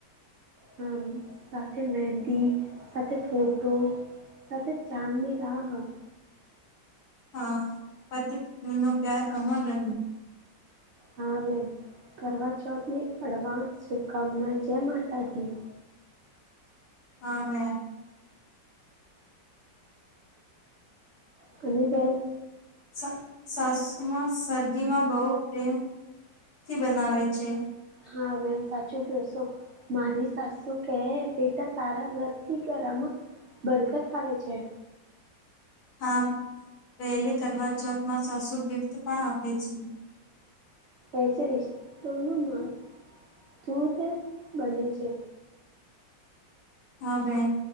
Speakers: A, on the right (about 85°); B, on the left (about 60°).
A: હામ. સાથે મહેંદી, સાથે ફોટો સાથે ચાંદની રાહ
B: હા. પતિ પત્ની નો પ્યાર અમર રહે.
A: હા બેહેન. કળવા ચૌથની અડવાન્સ શુભકામનાએ. જય માતા દી.
B: હા બહેન.
A: <unintelligible> બહેન.
B: સ સાસુમાં સરગીમાં બહુ પ્રેમથી બનાવે છે.
A: હા બહેન સાચું ક્યો સો. મારી સાસુ કહે, બેટા તારા વ્રતથી કરામાં બરકત આવે છે.
B: હા. પહેલી કળવાચૌથમાં સાસુ ગિફ્ટ પણ આપે છે.
A: એ જ રિશ્તોનું મહત <unintelligible> બને છે.
B: હા બહેન.